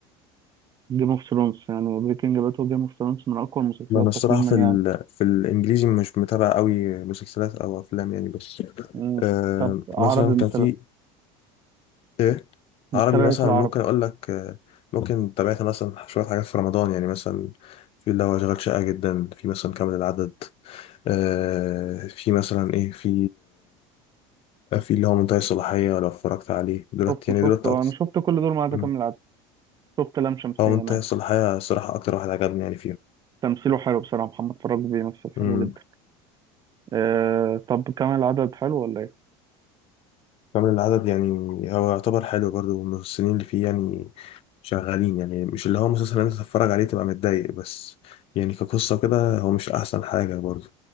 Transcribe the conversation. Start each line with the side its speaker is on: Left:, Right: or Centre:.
Right: جيم اوف ثرونز يعني بريكنج باد وجيم اوف ثرونز من اقوى المسلسلات
Left: انا الصراحه
Right: تقييما
Left: في ال...
Right: يعني
Left: في الانجليزي مش متابع قوي مسلسلات او افلام يعني بس
Right: مم.
Left: آه
Right: طب عربي
Left: مثلا
Right: مثلا
Left: كان في ايه
Right: بتتابع
Left: عربي مثلا
Right: ايه في العربي
Left: ممكن اقول لك آه ممكن تابعت مثلا شويه حاجات في رمضان يعني مثلا في اللي هو شغال شقه جدا في مثلا كامل العدد آه في مثلا ايه في آه في اللي هو منتهي الصلاحيه لو اتفرجت عليه دلوقتي
Right: شفته
Left: يعني
Right: شفته
Left: دلوقتي اكتر
Right: انا شفت كل دول ما عدا
Left: مم.
Right: كامل العدد شفت لام شمسية
Left: هو منتهي
Right: انا بس
Left: الصلاحيه الصراحه اكتر واحد عجبني يعني
Right: تمثيله حلو بصراحة محمد فراج بيمثل حلو
Left: فيهم
Right: جدا آه طب كام العدد حلو ولا ايه
Left: كامل العدد يعني هو يعتبر حلو برضو الممثلين اللي فيه يعني شغالين يعني مش اللي هو مسلسل انت تتفرج عليه تبقى متضايق بس يعني كقصة كده هو مش أحسن حاجة برضو